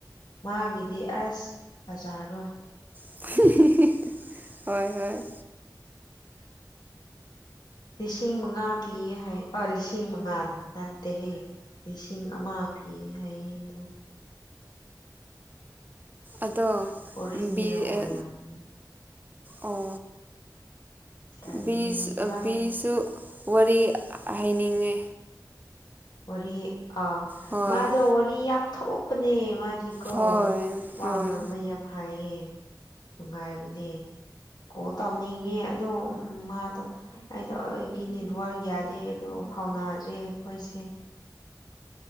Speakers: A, on the left; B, on the right.
A: ꯃꯥꯒꯤꯗꯤ ꯑꯁ ꯐꯖꯔꯣꯏ
B: <unintelligible> ꯍꯣꯏ ꯍꯣꯏ
A: ꯂꯤꯁꯤꯡ ꯃꯉꯥ ꯄꯤꯌꯦ ꯍꯥꯏ ꯑꯥ ꯂꯤꯁꯤꯡ ꯃꯉꯥꯗ ꯅꯠꯇꯦꯍꯦ ꯂꯤꯁꯤꯡ ꯑꯃ ꯄꯤ ꯍꯥꯏ ꯗꯣ
B: ꯑꯗꯣ
A: ꯑꯣꯔꯤꯖꯤꯅꯦꯜ
B: ꯕꯤ
A: ꯑꯣꯏꯔꯝꯅꯤ
B: ꯑꯦ ꯑꯣ
A: ꯀꯔꯤ
B: ꯕꯤ
A: ꯍꯥꯏꯅꯤꯡꯕ꯭ꯔꯥ
B: ꯕꯤꯁꯨ
A: ꯅꯪ
B: ꯋꯥꯔꯤ ꯍꯥꯏꯅꯤꯡꯉꯦ
A: ꯋꯥꯔꯤ ꯑꯥ
B: ꯍꯣꯏ
A: ꯃꯥꯗꯣ ꯋꯥꯔꯤ ꯌꯥꯝ ꯊꯣꯛꯄꯅꯦ ꯃꯥ ꯗꯤꯀꯣ
B: ꯍꯣꯏ
A: ꯋꯥ
B: ꯍꯣꯏ
A: ꯉꯥꯡꯕ ꯌꯥꯝ ꯍꯥꯏꯌꯦ ꯅꯨꯡꯉꯥꯏꯕꯅꯦ ꯀꯣꯜ ꯇꯧꯅꯤꯡꯉꯦ ꯑꯗꯣ ꯃꯥꯗꯣ ꯑꯩꯗꯣ ꯑꯩꯒꯤ ꯅꯦꯠꯋꯥꯔꯛ ꯌꯥꯗꯦ ꯑꯗꯣ ꯐꯥꯎꯅꯗ꯭ꯔꯦ ꯑꯩꯈꯣꯏꯁꯦ